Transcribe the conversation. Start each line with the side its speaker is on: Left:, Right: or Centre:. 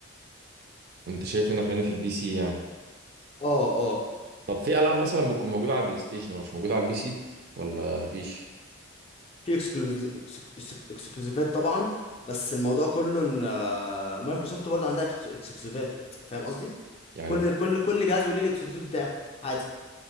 Right: أنت شايف إن خلينا في البي سي يعني
Left: اه اه
Right: طب في ألعاب مثلا بتكون موجودة على البلاي ستيشن ومش موجودة على البي سي ولا مفيش
Left: في اكسكلوزيفات طبعا بس الموضوع كله ان آه، مايكروسوفت برضه عندها اكسكلوزيفات فاهم قصدي
Right: يعني
Left: كل
Right: بت...
Left: كل كل جهاز وليه الاكسكلوزيف بتاعه عادي